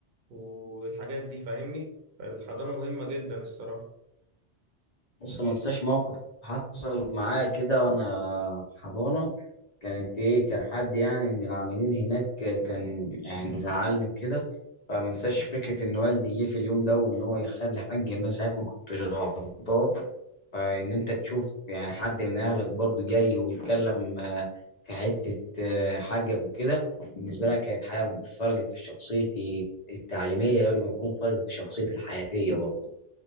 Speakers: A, on the right; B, on the left.
A: والحاجات دي فاهمني؟ فالحضانة مهمة جدا الصراحة
B: بص ما انساش موقف حصل معايا كده وانا في حضانه كانت ايه كان حد يعني من العاملين هناك كان يعني زعلني وكده فما انساش فكره ان والدي جه في اليوم ده وان هو يخلي حقي ان انا ساعتها ما كنتش غلطان فان انت تشوف يعني حد من اهلك برضه جاي وبيتكلم آه، في حته آه، حقك وكده بالنسبه لك كانت حاجه فرقت في شخصيتي التعليميه قبل ما تكون فرقت في شخصيتي الحياتيه برضه